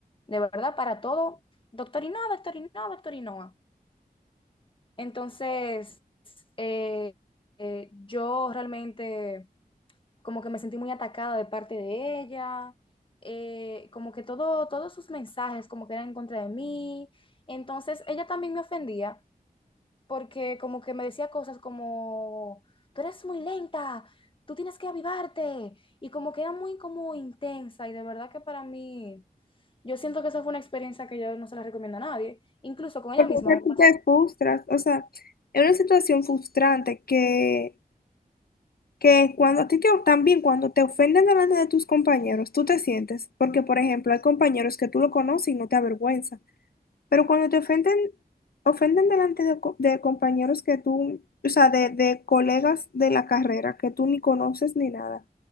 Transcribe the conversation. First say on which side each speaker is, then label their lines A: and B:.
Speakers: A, on the left; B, on the left.
A: De verdad, para todo, doctor Inoa, doctor Inoa, doctor Inoa. Entonces, eh, eh, yo realmente como que me sentí muy atacada de parte de ella, eh, como que todo, todos sus mensajes como que eran en contra de mí. Entonces, ella también me ofendía porque como que me decía cosas como, tú eres muy lenta, tú tienes que avivarte, y como que era muy como intensa, y de verdad que para mí, yo siento que esa fue una experiencia que yo no se la recomiendo a nadie, incluso con ella
B: porque
A: misma
B: o sea,
A: me pasó,
B: tú te frustras, o sea, es una situación frustrante que que cuando a ti te, también cuando te ofenden delante de tus compañeros, tú te sientes, porque por ejemplo hay compañeros que tú lo conoces y no te avergüenza, pero cuando te ofenden, ofenden delante de, co- de compañeros que tú, o sea, de, de colegas de la carrera que tú ni conoces ni nada,